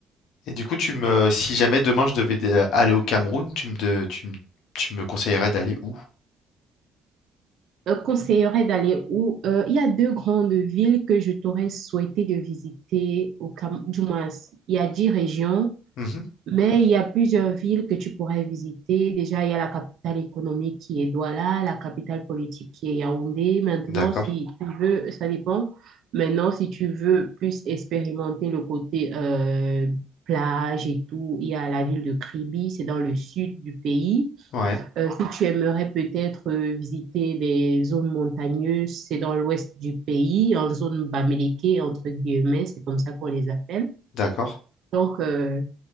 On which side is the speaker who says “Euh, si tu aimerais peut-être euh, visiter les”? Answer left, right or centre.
Right